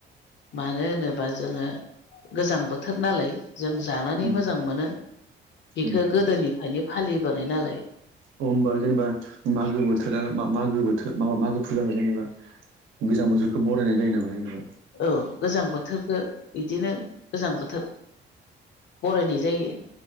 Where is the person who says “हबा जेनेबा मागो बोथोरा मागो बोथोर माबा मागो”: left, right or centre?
Right